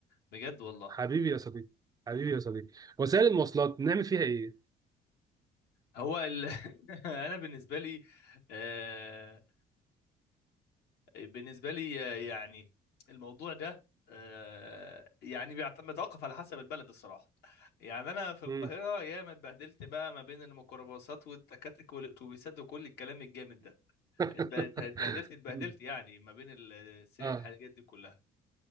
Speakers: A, on the left; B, on the right.
A: بجد والله
B: حبيبي يا صديقي حبيبي يا صديقي وسائل المواصلات نعمل فيها ايه
A: هو ال... <laughs> انا بالنسبه لي آه... بالنسبه لي آه، يعني الموضوع ده آه... يعني بيعتمد يتوقف على حسب البلد الصراحه يعني انا في القاهره
B: مم.
A: ياما اتبهدلت بقى ما بين الميكروباصات والتكاتك والاتوبيسات وكل الكلام الجامد ده
B: <laughs>
A: اتب- اتبهدلت اتبهدلت
B: مم.
A: يعني ما بين ال- الحاجات
B: اه
A: دي كلها